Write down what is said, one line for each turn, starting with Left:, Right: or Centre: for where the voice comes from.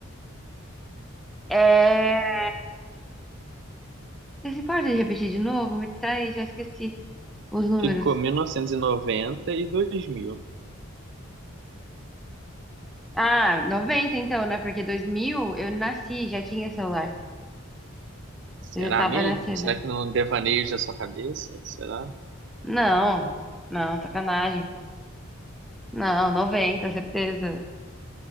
Centre: É. Você se pode repetir de novo? Me distraí, já esqueci os números.
Right: Ficou mil novecentos e noventa e dois mil
Centre: Ah, 90 então, né? Porque 2000 eu nasci, já tinha celular.
Right: Será
Centre: Eu já tava
Right: mesmo?
Centre: nascida.
Right: Será que não devaneio da sua cabeça? Será?
Centre: Não, não, sacanagem. Não, 90 certeza.